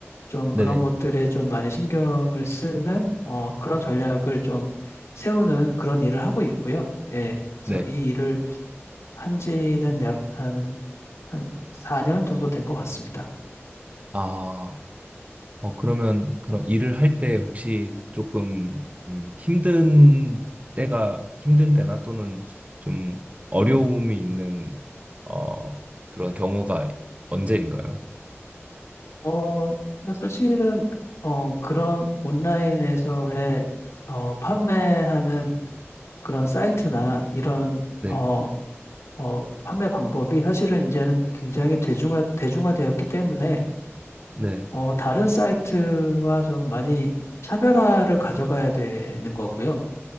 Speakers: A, on the left; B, on the right.
A: 좀
B: 네.
A: 그런 것들에 좀 많이 신경을 쓰는 어, 그런 전략을 좀 세우는 그런 일을 하고 있고요. 예. 그래서
B: 네.
A: 이 일을 한 지는 약 한, 한 4년 정도 된 것 같습니다.
B: 아. 어, 그러면 그런 일을 할 때 혹시 조금 음, 힘든 때가 힘든 때나 또는 좀 어려움이 있는 어, 그런 경우가 언제인가요?
A: 어, 그러니까 사실은, 어, 그런 온라인에서의, 어, 판매하는 그런 사이트나 이런,
B: 네,
A: 어, 어, 판매 방법이 사실은 이제는 굉장히 대중화, 대중화되었기 때문에,
B: 네,
A: 어, 다른 사이트와 좀 많이 차별화를 가져가야 되는 거고요.